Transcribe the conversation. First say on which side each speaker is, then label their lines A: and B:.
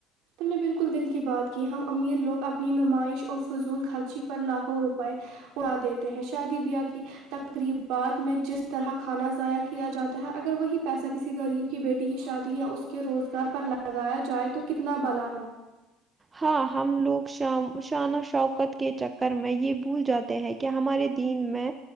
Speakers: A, on the right; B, on the right.
A: تم نے بالکل دل کی بات کی ہم امیر لوگ اپنی نمائش اور فضول خرچی پر لاکھوں روپئے اڑا دیتے ہیں شادی بیاہ کی تقریبات میں جس طرح کھانا ضائع کیا جاتا ہے اگر وہی پیسہ کسی غریب کی بیٹی کی شادی یا اس کے روزگار پر لگایا جائے تو کتنا بہلا ہو
B: ہاں ہم لوگ شام شان و شوکت کے چکر میں یہ بھول جاتے ہیں کہ ہمارے دین میں